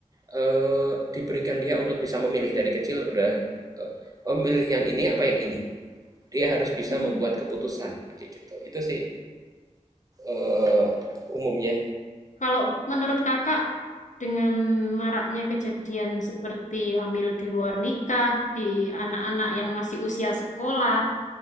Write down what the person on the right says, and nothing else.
eh, diberikan dia untuk bisa memilih dari kecil udah eh, oh milih yang ini apa yang ini dia harus bisa
membuat keputusan kayak gitu itu sih eh, umumnya